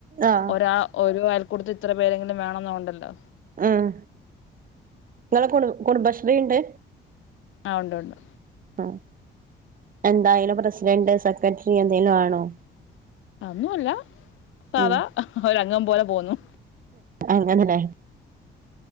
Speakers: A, on the right; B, on the left.
A: ആഹ്
B: ഒരാ ഓരോ അയൽ കൊടുത്ത് ഇത്ര പേരെങ്കിലും വേണമെന്നും ഒണ്ടല്ലോ
A: ആഹ് ങ്ങെട കുടുംബശ്രീ ഉണ്ട്
B: ആഹ് ഉണ്ട് ഉണ്ട്
A: ഉം എന്തായാലും പ്രസിഡന്റ് സെക്രട്ടറി എന്തേലും ആണോ
B: ഒന്നും അല്ല സാദാ
A: ഉം
B: ഒര അംഗം പോലെ പോന്നു
A: അങ്ങനെല്ലേ